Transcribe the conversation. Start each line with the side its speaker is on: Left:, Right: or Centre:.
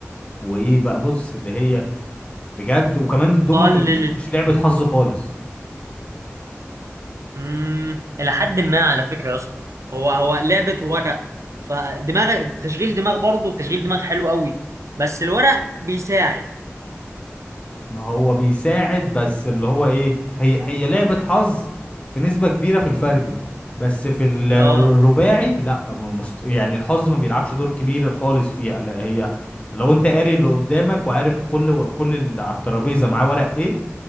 Left: وإيه بقى بص اللي هي بجد وكمان الدومينو
Right: آه، اللي
Left: دي مش لعبة حظ خالص
Right: امم الى حد ما على فكره يا اسطى هو هو لعبه ورق فدماغ تشغيل دماغ برضه تشغيل دماغ حلو قوي بس الورق بيساعد
Left: ما هو بيساعد بس اللي هو ايه هي هي لعبة حظ بنسبة كبيرة في الفردي بس في ال-
Right: اه
Left: الرباعي لا م- مست... يعني الحظ ما بيلعبش دور كبير خالص فيها لا هي لو انت قاري اللي قدامك وعارف كل و... كل اللي على الترابيزة معاه ورق ايه